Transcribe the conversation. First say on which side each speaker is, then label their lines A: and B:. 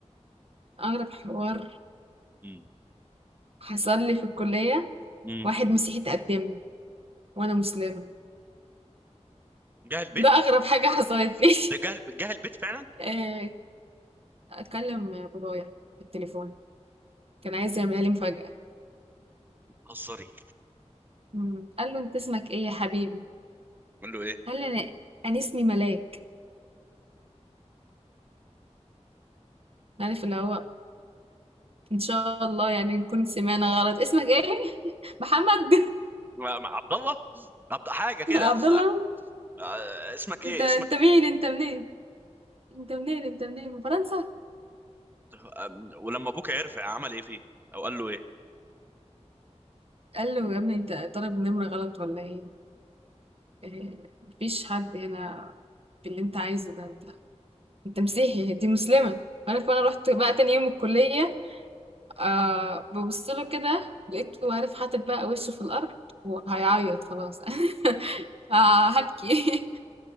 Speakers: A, on the right; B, on the right.
A: اغرب حوار
B: امم
A: حصل لي في الكليه
B: امم
A: واحد مسيحي تقدم لي وانا مسلمه
B: جه البيت
A: ده اغرب حاجه حصلت لي
B: ده جهل جهل بيت فعلا
A: <laughs> آه، اتكلم بابايا في التليفون كان عايز يعملها لي مفاجأة
B: هزاري
A: مم. قال له انت اسمك ايه يا حبيبي
B: قال له ايه
A: قال لي انا انا اسمي ملاك عارف اللي هو ان شاء الله يعني نكون سمعنا غلط اسمك ايه <laughs> محمد
B: ما- ما- عبد الله عبد حاجه كده
A: <laughs> عبد
B: س-
A: الله
B: آه، اسمك ايه
A: انت انت
B: اسمك
A: مين
B: إيه؟
A: انت منين انت منين انت منين من فرنسا
B: آم، ولما ابوك عرف عمل ايه فيه او قال له ايه
A: قال له يا ابني انت طالب نمرة غلط ولا ايه إيه، مفيش حد هنا باللي انت عايزه ده انت انت مسيحي دي مسلمة عارف انا رحت بقى تاني يوم الكلية آه ببص له كده لقيته عارف حاطط بقى وشه في الأرض وهيعيط خلاص <laughs> آه هبكي